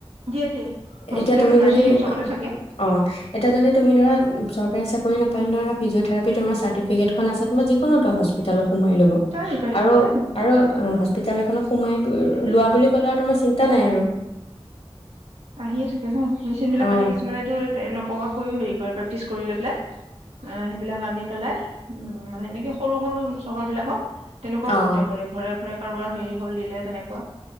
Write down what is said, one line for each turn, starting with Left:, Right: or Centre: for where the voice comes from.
Right: দিয়ে দিয়ে হস্পিতেল
Left: এতিয়া তুমি
Right: নাৰ্ছিং
Left: যদি
Right: হোম চবতে থাকে
Left: অ এতিয়া যদি তুমি ধৰা চৰকাৰী চাকৰি নাপালে ধৰা ফিজিঅথেৰাপি তোমাৰ চাৰ্টিফিকেটখন আছে তুমি যিকোনোটো হস্প হস্পিতালত সোমাই ল'ব।
Right: পাৰি পাৰি
Left: আৰু
Right: পাৰি
Left: আৰু অ হস্প বিদ্যালয় এখনত সোমাই গৈ লোৱা বুলি ক'লে আৰু তোমাৰ চিন্তা নাই আৰু। <inaudible>
Right: আহিয়ে থাকে ন মেচিন বিলাক
Left: অ
Right: আনি কিছুমানেটো নপঢ়া কৰিও হেৰি প্ৰেক্টিছ কৰি লৈ পেলাই। অ সেইবিলাক আনি পেলাই উম মানে এনেকে সৰু সৰু চহৰবিলাকক তেনেকুৱা
Left: অ',
Right: বহুতে কৰে ঘৰে ঘৰে কাৰোবাৰ হেৰি হল দিলে তেনেক। কোৱা।